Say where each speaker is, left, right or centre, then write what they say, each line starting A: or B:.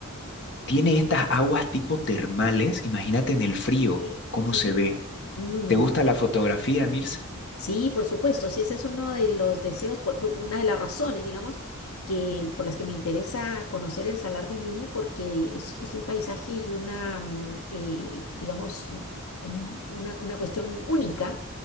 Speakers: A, on the left; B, on the left.
A: tiene estas aguas tipo termales. Imagínate en el frío,
B: Sí,
A: cómo
B: sí.
A: se ve.
B: Mm.
A: ¿Te gusta la fotografía, Mirza?
B: Sí, por supuesto. Sí, ese es uno de los deseos, por- por- una de las razones, digamos, que por las que me interesa conocer el Salar de Uyuni, porque es, es un paisaje y una, mm, eh, digamos, como una, una cuestión única